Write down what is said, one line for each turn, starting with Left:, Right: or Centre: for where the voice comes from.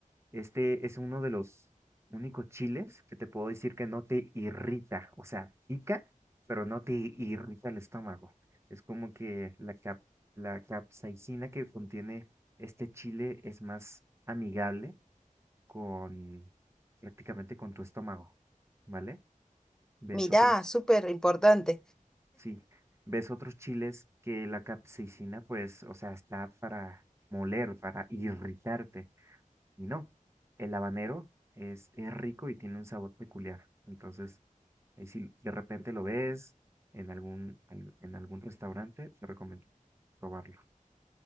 Right: Este es uno de los únicos chiles que te puedo decir que no te irrita, o sea, pica, pero no te irrita el estómago. Es como que la cap- la capsaicina que contiene este chile es más amigable con prácticamente con tu estómago, ¿vale? Ves
Centre: Mirá,
Right: otros, chi-
Centre: súper importante.
Right: sí, ves otros chiles que la capsaicina, pues, o sea, está para moler, para irritarte. Y no, el habanero es, es rico y tiene un sabor peculiar. Entonces, ahí si de repente lo ves en algún, al- en algún restaurante, te recomiendo probarlo.